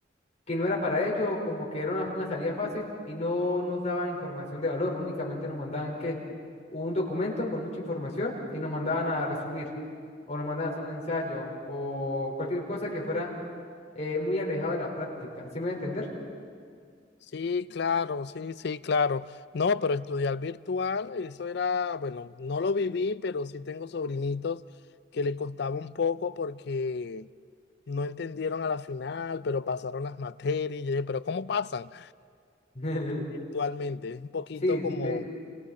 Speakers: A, on the left (about 40°); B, on the left (about 65°).
A: que no era para ellos, como que era una, una salida fácil y no nos daban información de valor, únicamente nos mandaban que un documento con mucha información y nos mandaban a resumir o nos mandaban a hacer un ensayo o cualquier cosa que fuera eh, muy alejado de la práctica. ¿Sí me voy a entender?
B: Sí, claro, sí, sí, claro. No, pero estudiar virtual, eso era, bueno, no lo viví, pero sí tengo sobrinitos que le costaba un poco porque no entendieron a la final, pero pasaron las materias. Y yo dije, pero ¿cómo pasan
A: <laughs>
B: virtualmente? Es un poquito
A: Sí,
B: como,
A: de,